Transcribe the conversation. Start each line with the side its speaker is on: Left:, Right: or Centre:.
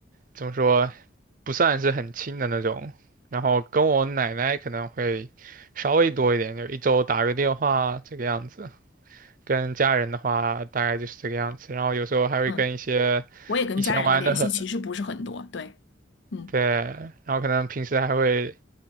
Right: 怎么说，不算是很亲的那种。然后跟我奶奶可能会稍微多一点，就一周打个电话这个样子。跟家人的话，大概就是这个样子。然后有时候还会跟一些以前玩的很，
Left: 嗯，我也跟家人的联系其实不是很多，对，嗯，
Right: 对，然后可能平时还会